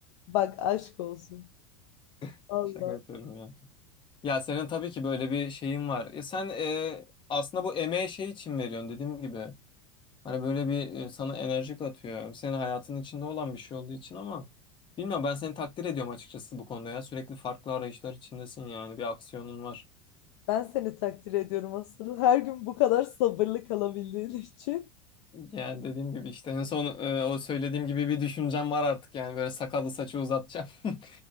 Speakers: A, on the left; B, on the left.
A: Bak aşk olsun.
B: <laughs>
A: Valla.
B: Şaka yapıyorum ya. Ya senin tabii ki böyle bir şeyin var. E sen e, aslında bu emeğe şey için veriyorsun dediğim gibi. Hani böyle bir e, sana enerji katıyor. Senin hayatının içinde olan bir şey olduğu için ama bilmiyorum ben seni takdir ediyorum açıkçası bu konuda ya. Sürekli farklı arayışlar içindesin yani bir aksiyonun var.
A: Ben seni takdir ediyorum asıl. Her gün bu kadar sabırlı kalabildiğin için.
B: Yani dediğim gibi işte en son e, o söylediğim gibi bir düşüncem var artık yani böyle sakallı saçı uzatacağım. <laughs>